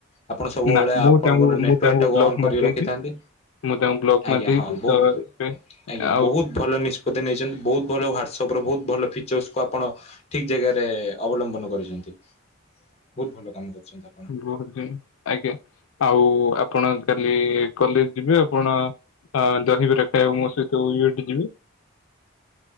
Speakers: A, on the left; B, on the left.
A: ଆପଣ ସବୁବେଳେ
B: ନା ମୁଁ
A: ଆପଣଙ୍କର
B: ତାଙ୍କୁ ମୁଁ
A: ନେଟୱାର୍କ
B: ତାଙ୍କୁ
A: ଟାକୁ
B: ବ୍ଲକ
A: ଅନ୍ କରି
B: ମାରିଦେଇଛି
A: ରଖିଥାନ୍ତି।
B: ମୁଁ ତାଙ୍କୁ ବ୍ଲକ୍
A: ଆଜ୍ଞା
B: ମାରିଦେଇଛି
A: ହଁ ବହୁ
B: ତ ଏବେ
A: ଆଜ୍ଞା
B: ଆଉ
A: ବହୁତ ଭଲ ନିଷ୍ପ ତି ନେଇଛନ୍ତି। ବହୁତ ଭଲ ହ୍ଵାଟ୍ସଆପ ର ବହୁତ ଭଲ ଫିଚର୍ସକୁ ଆପଣ ଠିକ ଜାଗାରେ ଅବଲମ୍ବନ କରିଛନ୍ତି। ବହୁତ ଭଲ କାମ କରୁଛନ୍ତି ଆ
B: <unintelligible> ଆଜ୍ଞା। ଆଉ ଆପଣ କାଲି କଲେଜ ଯିବେ। ଆପଣ ଆ ଦହିବରା ଖାଇବାକୁ ମୋ ସହିତ ଇଏ ବାଟୁ ଯିବେ।